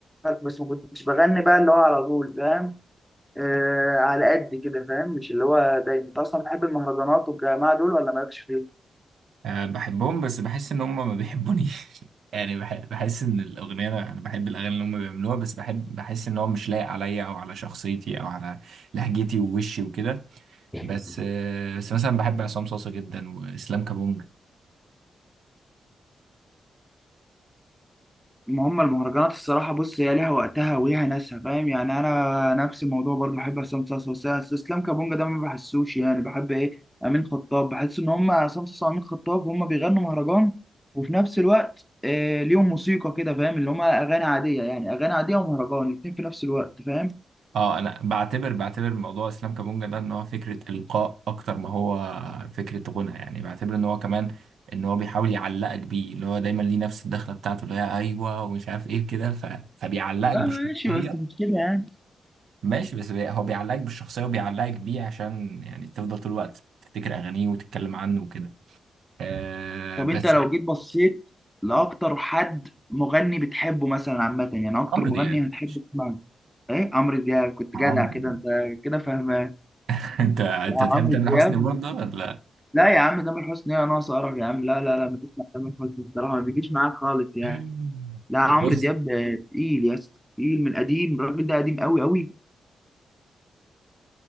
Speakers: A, in the centre; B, on the right.
A: بس ما كنتش بغني بقى اللي هو على طول فاهم آه على قد كده فاهم مش اللي هو دايما انت اصلا بتحب المهرجانات والجماعه دول ولا مالكش
B: أه بحبهم بس بحس ان هم ما بيحبونيش <laughs> يعني بح- بحس ان الاغنيه انا أنا بحب الاغاني اللي هم بيعملوها بس بحب بحس ان هو مش لايق عليا او على شخصيتي او على لهجتي ووشي وكده
A: فيهم
B: بس أه بس مثلا بحب عصام صاصا جدا واسلام كابونج
A: ما هم المهرجانات الصراحة بص هي ليها وقتها وليها ناسها فاهم يعني أنا نفس الموضوع برضو بحب عصام صاصا بس إسلام كابونجا ده ما بحسوش يعني بحب إيه أمين خطاب بحس إن هم عصام صاصا وأمين خطاب هم بيغنوا مهرجان وفي نفس الوقت آه ليهم موسيقى كده فاهم اللي هم أغاني عادية يعني أغاني عادية ومهرجان الاتنين في نفس الوقت فاهم
B: اه انا بعتبر بعتبر موضوع اسلام كابونجا ده ان هو فكره القاء اكتر ما هو فكره غنى يعني بعتبر ان هو كمان ان هو بيحاول يعلقك بيه اللي هو دايما ليه نفس الدخله بتاعته اللي هي ايوه ومش عارف ايه كده ف... فبيعلقك
A: لا
B: بشخصيه
A: ماشي بس مش كده يعني
B: ماشي بس بي- هو بيعلقك بالشخصية وبيعلقك بيه عشان يعني تفضل طول الوقت تفتكر أغانيه وتتكلم عنه وكده آه
A: طب
B: بس
A: انت لو جيت بصيت لاكتر حد مغني بتحبه مثلا عامه يعني اكتر
B: عمرو
A: مغني
B: دياب
A: هتحب
B: ماشي.
A: تسمعه ايه عمرو دياب كنت
B: عمرو
A: جدع كده انت كده فاهمان
B: <laughs> أنت أنت
A: لا
B: تحب
A: عمرو
B: تامر
A: دياب
B: حسني برضه ولا
A: لا يا عم تامر حسني ايه ناقص قرف يا عم لا لا لا ما بسمع تامر حسني بصراحه ما بيجيش معاك خالص يعني
B: <laughs>
A: لا عمرو
B: بص
A: دياب ده تقيل يا اسطى تقيل من قديم الراجل ده قديم قوي قوي